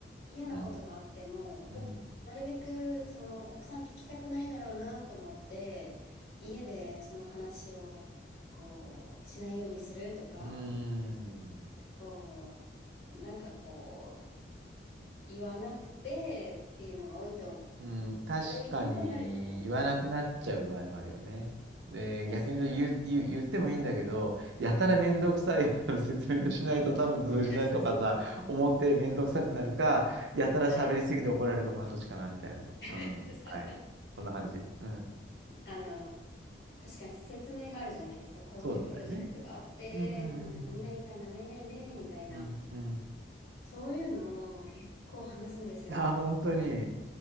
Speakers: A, on the left; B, on the right.
A: 嫌なことがあっても、
B: うん。
A: こう、
B: うん。
A: なるべく、その、奥さん聞きたくないだろうなと思って、家でその話を、こう、しないようにするとか、
B: うーん。
A: こう、なんかこう、言わなくてっていうのが多いと、
B: うん、確かに言わなくなっちゃう場合もあるよね。
A: 多い傾向にあると思
B: で、
A: うんですよね。
B: 逆に言う、
A: ね、
B: 言う、言ってもいいんだけど、やたらめんどくさい <laughs> 説明をしないと多分通じないとかさ、
A: <laughs> そうそうそう。
B: 思ってめんどくさくなるか、やたら喋りすぎて怒られるか、
A: はい。
B: まあどっちかな、みたいなね。うん。
A: <laughs>
B: はい。そんな感じ。うん。
A: あの、確かにそう説明があるじゃないですか。こういうプロジェクトがあって、
B: そうだったよね。うんうん
A: な何々さんが何々で、みたいな。
B: うんうん。うん
A: そういうのを結構話すんですよ。
B: うん。あ、本当に。